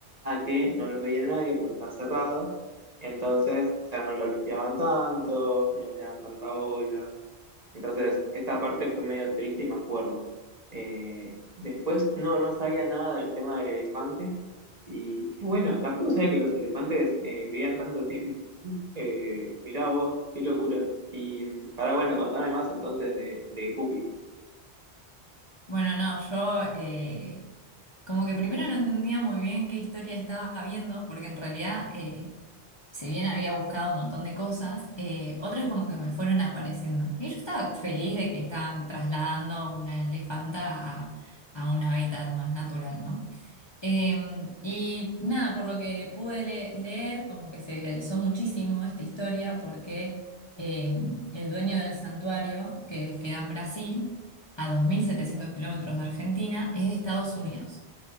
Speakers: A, on the right (about 40°); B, on the left (about 30°).
A: a que no los veía nadie porque estaba cerrado. Entonces, o sea no lo limpiaban tanto, no le daban tanta bola. Entonces, esta parte fue medio triste y me acuerdo. Eh, después, no, no sabía nada del tema del elefante. Y qué bueno, tampoco sabía que los elefantes eh, vivían tanto <laughs> tiempo. Eh, mirá vos, qué locura. Y para bueno, contame más entonces de, de Guppy.
B: Bueno, no, yo eh, como que primero no entendía muy bien qué historia estaba viendo, porque en realidad... eh, si bien había buscado un montón de cosas, eh, otras como que me fueron apareciendo. Y yo estaba feliz de que estaban trasladando una elefanta a, a un hábitat más natural, ¿no? Eh, y nada, por lo que pude le- leer, como que se viralizó muchísimo esta historia porque eh, el dueño del santuario, que queda en Brasil, a 2.700 kilómetros de Argentina, es de Estados Unidos.